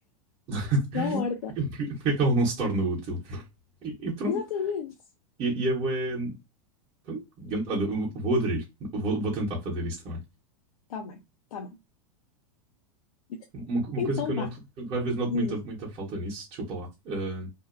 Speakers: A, on the right; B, on the left.
A: <laughs>
B: da horta.
A: Porquê porquê que ela não se torna útil? E, e pronto,
B: Exatamente.
A: e, e é bué, pronto, olha, vou aderir, vou, vou tentar fazer isso também.
B: Tá bem, tá bem. <laughs>
A: Uma, uma
B: Então
A: coisa que eu
B: vá,
A: noto, que eu às vezes noto
B: diz.
A: muita, muita falta nisso, desculpa lá, eh,